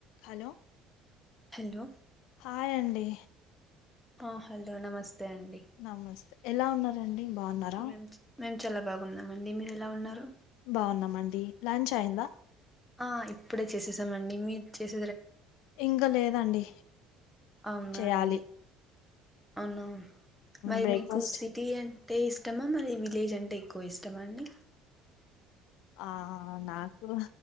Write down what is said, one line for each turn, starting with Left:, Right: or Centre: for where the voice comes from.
Left: Hello
Centre: hello
Left: hi అండి.
Centre: ఆ hello నమస్తే అండి
Left: నమస్తే ఎలా ఉన్నారండి? బాగున్నారా
Centre: మేం మేము చల్లగా ఉన్నామండి మీరు ఎలా ఉన్నారు?
Left: బావున్నామండి లంచ్ అయిందా?
Centre: ఆ ఇప్పుడే చేసేసామండి మీ చేస
Left: ఇంకా లేదండి
Centre: అవునాండి
Left: చేయాలి
Centre: అవును మరి
Left: బ్రేక్ఫాస్ట్
Centre: మీకు సిటీ అం టే ఇష్టమా మరి విలేజ్ అంటే ఎక్కువ ఇష్టమా అండి?
Left: ఆ నాకు